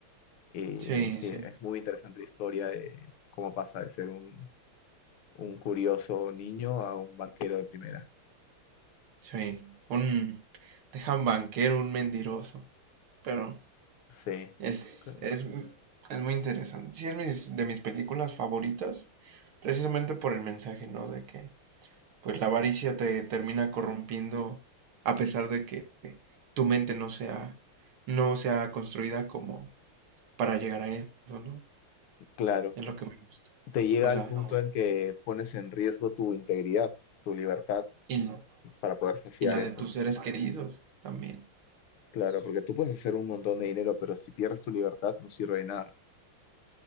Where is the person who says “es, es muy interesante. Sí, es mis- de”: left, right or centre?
Right